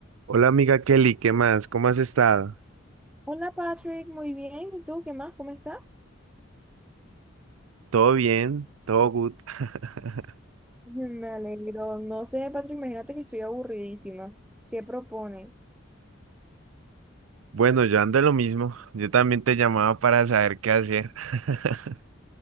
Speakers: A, on the right; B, in the centre.
A: Hola amiga Kelly, ¿qué más? ¿Cómo has estado?
B: Hola Patrick, muy bien. ¿Y tú qué más? ¿Cómo estás?
A: ¿Todo bien? ¿Todo good? <laughs>
B: <laughs> Me alegro. No sé, Patrick, imagínate que estoy aburridísima. ¿Qué propones?
A: Bueno, yo ando en lo mismo. Yo también te llamaba para saber qué hacer. <laughs>